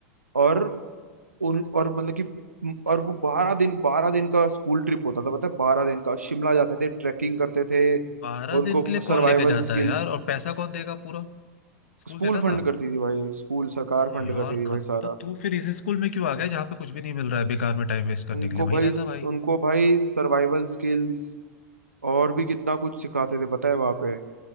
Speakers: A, on the right; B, on the left.
A: और उन और मतलब कि और वो बारह दिन बारह दिन का स्कूल ट्रिप होता था पता है बारह दिन का शिमला जाते थे ट्रैकिंग करते थे और
B: बारह
A: उनको
B: दिन के लिए
A: सर्वाइवल
B: कौन लेके जाता
A: स्किल्स
B: है यार और पैसा कौन देगा पूरा स्कूल
A: स्कूल
B: देता था
A: फंड करती थी भाई स्कूल सरकार
B: अरे
A: फंड
B: यार
A: करती थी
B: खत्ता
A: भाई सारा
B: तू फिर इस स्कूल में क्यों आ गया जहाँ पे कुछ भी नहीं मिल रहा है बेकार में टाइम वेस्ट करने
A: उनको
B: के लिए वहीं
A: भाई
B: रहता भाई
A: उनको भाई सर्वाइवल स्किल्स और भी कितना कुछ सिखाते थे पता है वहाँ पे